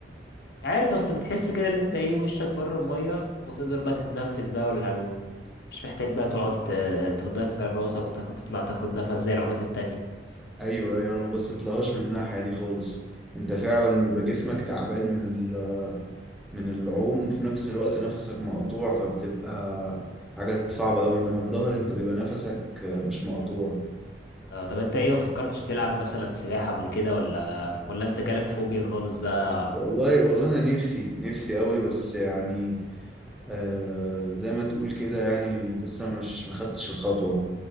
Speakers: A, on the left; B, in the centre.
A: عارف اصل بتحس كده اللي انت ايه وشك بره الميه وتقدر بقى تتنفس بقى ولا لو مش محتاج بقى تقعد ت- تدخل راسك وتاخد تطلع تاخد نفس زي العومات التانية
B: ايوه ايوه انا ما بصيتلهاش من الناحيه دي خالص انت فعلا بيبقى جسمك تعبان من ال... من العوم وفي نفس الوقت نفسك مقطوع فبتبقى حاجه صعبه قوي انما الظهر انت بيبقى نفسك آه، مش مقطوع
A: اه طب انت ايه ما فكرتش تلعب مثلا سباحة قبل كده ولا ولا انت جالك فوبيا خالص بقى
B: والله والله انا نفسي نفسي قوي بس يعني آه زي ما تقول كده يعني لسه مش مخدتش الخطوه